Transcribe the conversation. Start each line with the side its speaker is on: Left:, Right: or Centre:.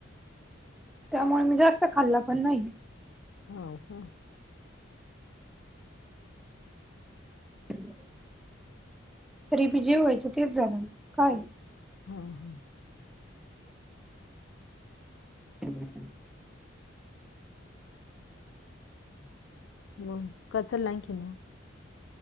Centre: त्यामुळे मी जास्त खाल्ला पण नाही!
Left: हा का,
Centre: ्यवा <unintelligible> तरी बी जे व्हायचं तेच झालं काय,
Left: हा हा,
Centre: <inaudible>
Left: <unintelligible>